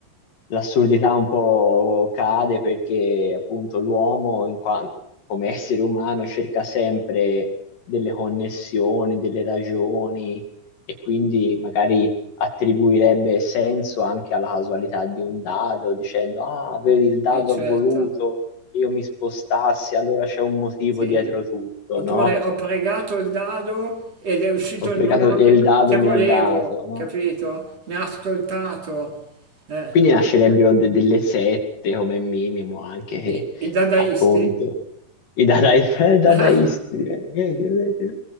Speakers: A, on the left; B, on the right.
A: l'assurdità un po' cade perché appunto l'uomo in quan- come essere umano cerca sempre delle connessioni, delle ragioni e quindi magari attribuirebbe senso anche alla casualità di un dado, dicendo ah, vedi il dado
B: eccetera.
A: ha voluto che io mi spostassi, allora c'è un motivo
B: Sì.
A: dietro tutto,
B: Oppure
A: no?
B: ho pregato il dado ed è uscito
A: Ho pregato
B: il numero
A: e
B: che,
A: il dado
B: che
A: mi
B: volevo,
A: ha dato, no?
B: capito? Mi ha ascoltato. Eh,
A: Quindi nascerebbero de- delle sette come minimo, anche che
B: i, i dadaisti?
A: appunto i dadai- <laughs> dadaisti,
B: Ah,
A: eh, vedi, vedi,